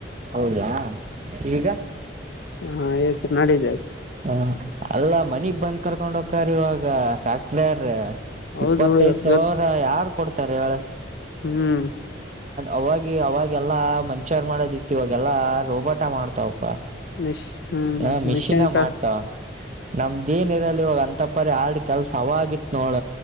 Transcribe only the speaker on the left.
ಹಾ ಈಗ ನಡಿದೆ
ಹೌದು
ಇವತ್ತು
ಹ್ಮ್ <inaudible>
ಮಿಶ್ ಹ್ಮ್
ಮಿಷನ್ ಕಸ್